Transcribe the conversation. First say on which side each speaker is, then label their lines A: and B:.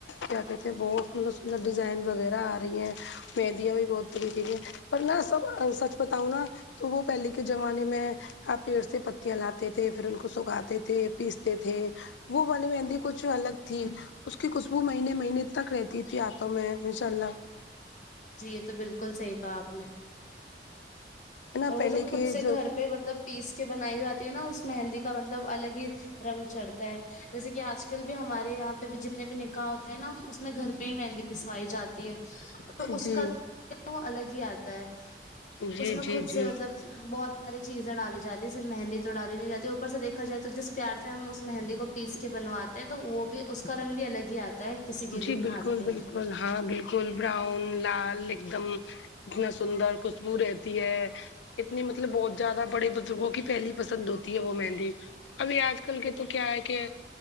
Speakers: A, on the left (about 85°); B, on the left (about 45°).
A: کیا کہتے ہے بہت سندر سندر ڈیزائن وغیرہ آ رہی ہیں مہیندیاں بھی بہت قیمتی ہے پر نہ سب سچ بتاؤں نا تو وہ پہلے کے زمانے میں آپ پیڑ سے پتیاں لاتے تھے پھر ان کو سکھاتے تھے پیستے تھے وہ والی مہندی کچھ الگ تھی اس کی خوشبو مہینے مہینے تک رہتی تھی ہاتھوں میں ماشاءاللہ
B: جی یے تو بالکل صحیح کہا آپ نے
A: ہے نا
B: اور وہ
A: پہلے
B: جو خود
A: کے
B: سے
A: جو
B: گھر پے مطلب پیس کے بنائی جاتی ہے نا اس مہندی کا مطلب الگ ہی رنگ چڑھتا ہے جیسے کی آج کل بھی ہمارے یہاں پے بھی جتنے بھی نکاح ہوتے ہیں نا اس میں گھر پے ہی مہندی پسوائی جاتی ہے تو اس
A: جی
B: کا <unintelligible> وہ الگ ہی آتا ہے
A: جی
B: اس میں
A: جی
B: خود
A: جی
B: سے مطلب بہت ساری چیزیں ڈالی جاتی ہیں صرف مہندی تو ڈالی نہیں جاتی اوپر سے دیکھا جائے تو جس پیار سے ہم اس مہندی کو پیس کے بنواتے ہیں تو وہ بھی اس کا رنگ بھی الگ ہی آتا ہے کسی کے
A: جی
B: بھی بھی
A: بالکل
B: ہاتھ پہ
A: بالکل ہاں بالکل براؤن لال ایک دم اتنا سندر خوشبو رہتی ہے اتنی مطلب بہت زیادہ بڑی لوگوں کی پہلی پسند ہوتی ہے وہ مہندی ابھی آج کل کے تو کیا ہے کہ